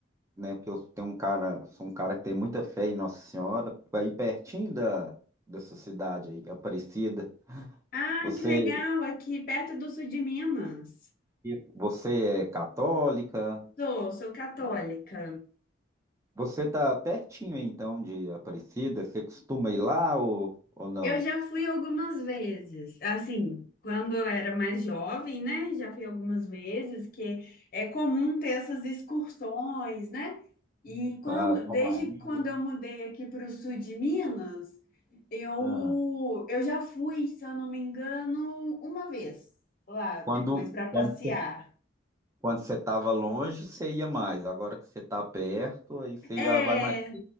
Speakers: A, on the right; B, on the left.
A: né? Porque eu tenho um cara, sou um cara que tem muita fé em Nossa Senhora, aí pertinho da dessa cidade aí, Aparecida.
B: Ah,
A: Você,
B: que legal, aqui perto do sul de Minas.
A: você é católica?
B: Sou, sou católica.
A: Você tá pertinho então de Aparecida? Você costuma ir lá ou, ou não?
B: Eu já fui algumas vezes, assim, quando eu era mais jovem, né? Já fui algumas vezes, que é comum ter essas excursões, né? E
A: Isso,
B: quando,
A: a Romaria,
B: desde quando
A: né?
B: eu mudei aqui para o sul de Minas, eu,
A: Ah,
B: eu já fui, se eu não me engano, uma vez lá
A: quando
B: depois para passear.
A: quando você quando você estava longe, você ia mais. Agora que você está perto, aí você
B: É,
A: já vai mais.